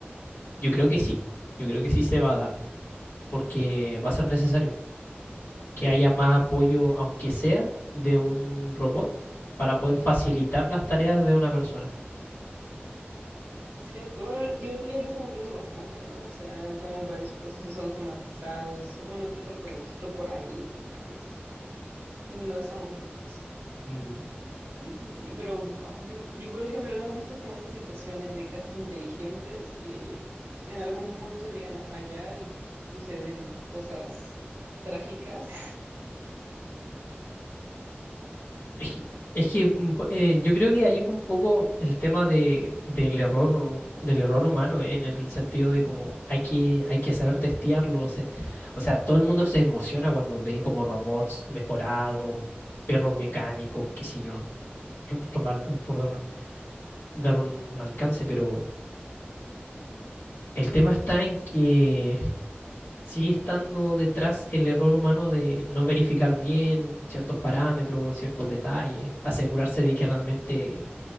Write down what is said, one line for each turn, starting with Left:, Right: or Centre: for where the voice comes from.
Left: yo creo que sí, yo creo que sí se va a dar, porque va a ser necesario que haya más apoyo, aunque sea de un robot, para poder facilitar las tareas de una persona.
Right: Es cierto, bueno, y ahorita ya lo estamos viendo bastante, ¿no? O sea, con varios procesos automatizados, uno que otro robotcito por ahí, pues no estamos lejos.
Left: Mm.
Right: Sí, sí, sí, pero a ver, y por ejemplo, ¿no has visto como esas situaciones de casas inteligentes que en algún punto llegan a fallar y suceden cosas trágicas? <laughs>
Left: Es que, es que, mm, po- eh, yo creo que ahí un poco el tema de, del error, del error humano, eh, en el sentido de como hay que, hay que saber testearlo. O sea, o sea, todo el mundo se emociona cuando ve como robots mejorados, perros mecánicos, qué sé yo, <laughs> por dar, por dar un dar un alcance, pero el tema está en que sigue estando detrás el error humano de no verificar bien ciertos parámetros, ciertos detalles, asegurarse de que realmente